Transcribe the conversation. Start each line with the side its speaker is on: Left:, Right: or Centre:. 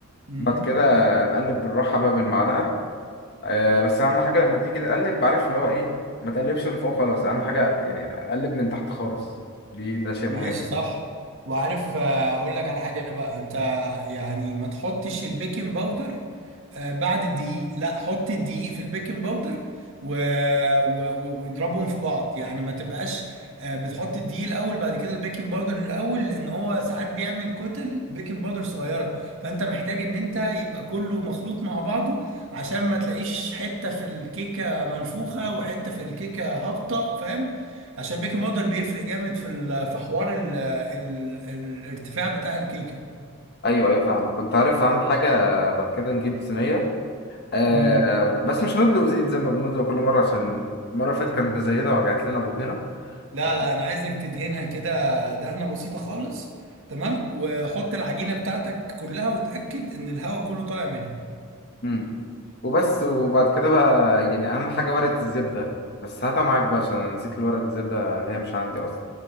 Right: مم.
Left: بعد كده نقلب بالراحة بقى بالمعلقة آه، بس اهم حاجة لما تيجي تقلب بعرف اللي هو ايه ما تقلبش من فوق خلاص اهم حاجة يعني قلب من تحت خالص دي ده شيء
Right: ماشي
Left: مهم
Right: صح وعارف آه، اقول لك على حاجه بقى انت يعني ما تحطش البيكنج باودر آه، بعد الدقيق لا حط الدقيق في البيكنج باودر و... و... و- واضربهم في بعض يعني ما تبقاش آه، بتحط الدقيق الاول بعد كده البيكنج باودر الاول لان هو ساعات بيعمل كتل بيكنج باودر صغيره فانت محتاج ان انت يبقى كله مخلوط مع بعضه عشان ما تلاقيش حته في الكيكه منفوخه وحته في الكيكه هابطه فاهم عشان بيكنج باودر بيفرق جامد في ال- في حوار ال ال الارتفاع بتاع الكيكه
Left: ايوه ايوه فاهمك كنت عارف اهم حاجة بعد كده نجيب صينية آه
Right: امم
Left: بس مش هنبدأ زيت زي ما بنبدأ كل مرة عشان المرة اللي فاتت كانت مزيدة وجعت لنا بطننا
Right: لا
Left: ف...
Right: لا انا عايزك تدهنها كده دهنه بسيطه خالص تمام وحط العجينه بتاعتك كلها وتاكد ان الهواء كله طالع منها
Left: امم وبس وبعد كده بقى يعني أهم حاجة ورقة الزبدة بس هاتها معاك بقى عشان أنا نسيت ورقة الزبدة اللي هي مش عندي أصلا